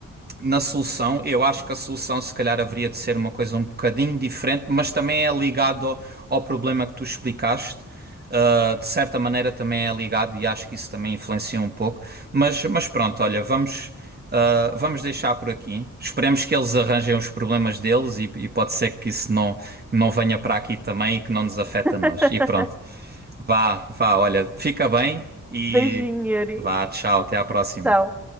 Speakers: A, on the right; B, in the centre.
A: na solução, eu acho que a solução se calhar haveria de ser uma coisa um bocadinho diferente, mas também é ligado ao, ao problema que tu explicaste. Uh, de certa maneira também é ligado e acho que isso também influencia um pouco. Mas, mas pronto, olha, vamos, uh, vamos deixar por aqui. Esperemos que eles arranjem os problemas deles e, e pode ser que isso não, não venha para aqui também e que não nos afeta
B: <laughs>
A: a nós. E pronto, vá, vá, olha, fica bem e
B: Beijinho, Yuri.
A: vá, tchau, até à próxima.
B: Tchau.